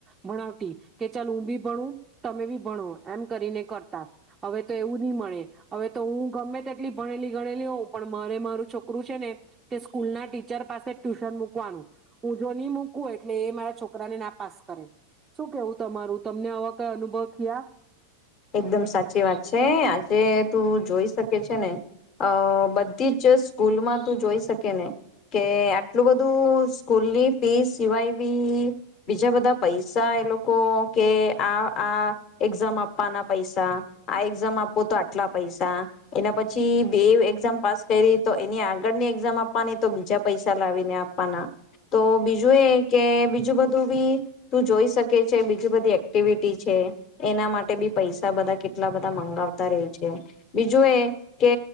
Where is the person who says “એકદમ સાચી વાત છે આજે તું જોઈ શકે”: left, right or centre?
Left